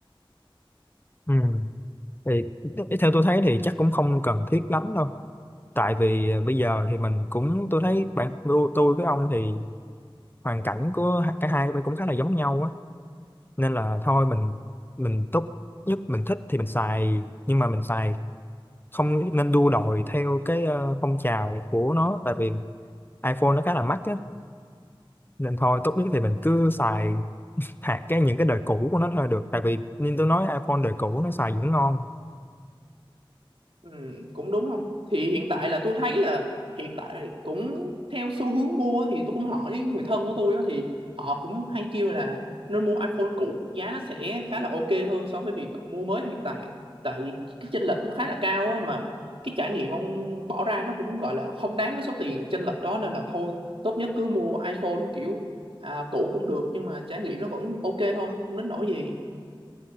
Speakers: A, on the left (about 25°); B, on the right (about 80°).
A: Ừ. Thì th- theo tôi thấy thì chắc cũng không cần thiết lắm đâu. Tại vì à, bây giờ thì mình cũng tôi thấy bạn tôi, tôi với ông thì hoàn cảnh của h- cả hai bên cũng khá là giống nhau á nên là thôi mình mình tốt nhất mình thích thì mình xài nhưng mà mình xài không nên đua đòi theo cái ờ, phong trào của nó tại vì iPhone nó khá là mắc á nên thôi tốt nhất thì mình cứ xài hạt cái những cái đời cũ của nó thôi được tại vì như tôi nói iPhone đời cũ nó xài vẫn ngon
B: Ừ, cũng đúng không? Thì hiện tại là tôi thấy là hiện tại cũng theo xu hướng mua thì tôi cũng hỏi những người thân của tôi á, thì họ cũng hay kêu là nên mua iPhone cũ giá nó sẽ khá là ok hơn so với việc mua mới hiện tại tại cái chênh lệch nó khá là cao á mà cái trải nghiệm ông bỏ ra nó cũng gọi là không đáng với số tiền chênh lệch đó nên là thôi tốt nhất cứ mua iPhone kiểu à, cũ cũng được nhưng mà trải nghiệm nó vẫn ok thôi không đến nỗi gì.